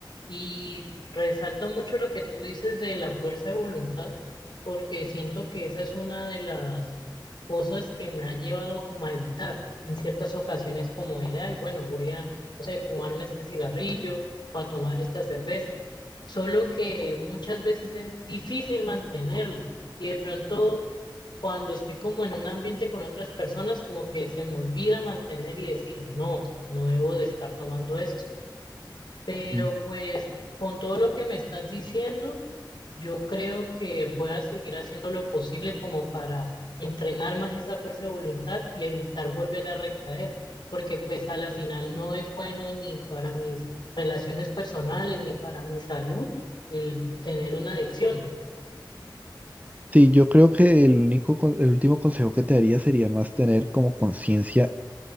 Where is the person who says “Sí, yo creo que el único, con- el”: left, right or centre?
Right